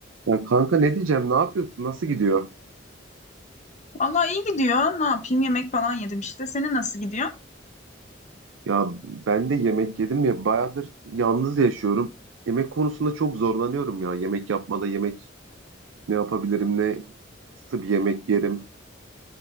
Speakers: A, on the right; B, on the left.
A: Ya kanka ne diyeceğim? Ne yapıyorsun? Nasıl gidiyor?
B: Vallahi iyi gidiyor. Ne yapayım? Yemek falan yedim işte. Senin nasıl gidiyor?
A: Ya ben de yemek yedim ya bayağıdır yalnız yaşıyorum. Yemek konusunda çok zorlanıyorum ya. Yemek yapmada yemek ne yapabilirim? Ne nasıl bir yemek yerim?